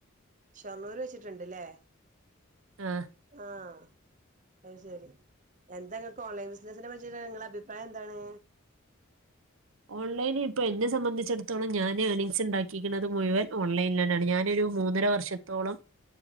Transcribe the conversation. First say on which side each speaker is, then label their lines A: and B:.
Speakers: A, on the right (about 35°); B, on the right (about 70°).
A: ഷൊർണ്ണൂര് വെച്ചിട്ടുണ്ട്ല്ലേ
B: ആഹ്
A: ആഹ് അത് ശരി എന്താ നിങ്ങക്ക് ഓൺലൈൻ ബിസിനസിനെ പറ്റിട്ട് നിങ്ങളെ അഭിപ്രായം എന്താണ്
B: ഓൺലൈനി ഇപ്പോ എന്നെ സംബന്ധിച്ചിടത്തോളം ഞാൻ ഏണിംങ്സ് ഉണ്ടാക്കിക്ക്ണ് മുഴുവൻ ഓൺലൈനൽന്നാണ് ഞാനൊരു മൂന്നര വർ ശത്തോളം